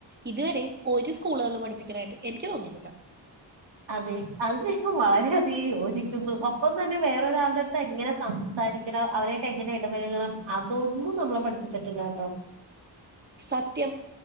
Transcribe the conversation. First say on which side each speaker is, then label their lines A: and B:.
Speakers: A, on the right; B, on the right.
A: ഇതുവരെയും ഒരു സ്കൂളുകളിലും പഠിപ്പിക്കാനായിട്ട് എനിക്ക് തോന്നിയിട്ട ഇല്ല
B: അതെ അത് ശെരിക്കും വളരെയധികം യോജിക്കുന്നു ഒപ്പം തന്നെ വേറൊരാളുടെ അടുത്ത് എങ്ങനെ സംസാരിക്കണം അവരായിട്ട് എങ്ങനെ ഇടപെഴകണം അതൊന്നും നമ്മളെ പഠിപ്പിച്ചിട്ടില്ലട്ടോ
A: സത്യം